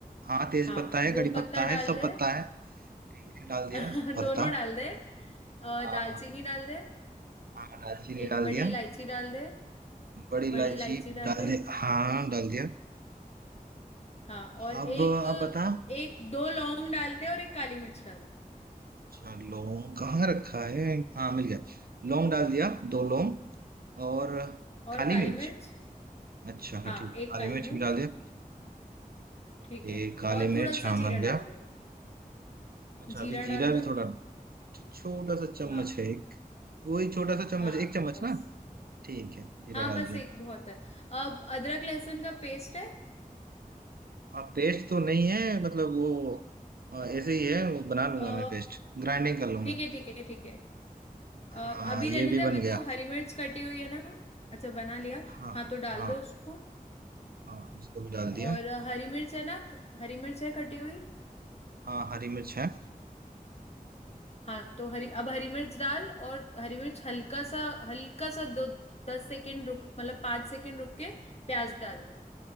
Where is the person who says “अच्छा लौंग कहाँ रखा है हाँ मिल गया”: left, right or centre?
Right